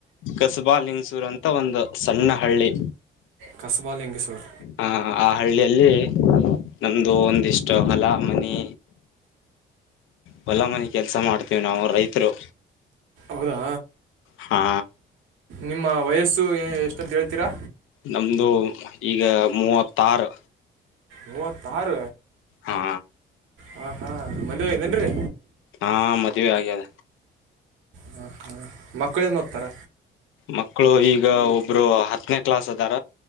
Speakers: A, on the left; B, on the right.
A: ಕಸಬಾಲಿಂಗಸೂರು ಅಂತ ಒಂದು ಸಣ್ಣ ಹಳ್ಳಿ.
B: ಕಸಬಾಲಿಂಗೇಶ್ವರು.
A: ಹಾ ಆ ಹಳ್ಳಿಯಲ್ಲಿ ನಮ್ದು ಒಂದಿಷ್ಟು ಹೊಲ ಮನಿ. ಹೊಲ ಮನಿ ಕೆಲಸ ಮಾಡ್ತೀವಿ ನಾವು ರೈತರು.
B: ಹೌದಾ
A: ಹಾ
B: ನಿಮ್ಮ ವಯಸ್ಸು ಎಷ್ಟಂತ ಹೇಳ್ತೀರಾ.
A: ನಮ್ದು ಈಗ ಮೂವತ್ತಾರ.
B: ಮೂವತ್ತಾರ
A: ಹಾ
B: ಹಾ ಹಾ ಮದುವ್ಯಾಗೇತೇನ್ರಿ
A: ಹಾ ಮದುವ್ಯಾಗದ.
B: ಹಾ ಹಾ ಮಕ್ಕಳೇನ ಓದ್ತಾರ?
A: ಮಕ್ಕಳು ಈಗ ಒಬ್ರು ಹತ್ತನೇ ಕ್ಲಾಸ್ ಅದಾರ.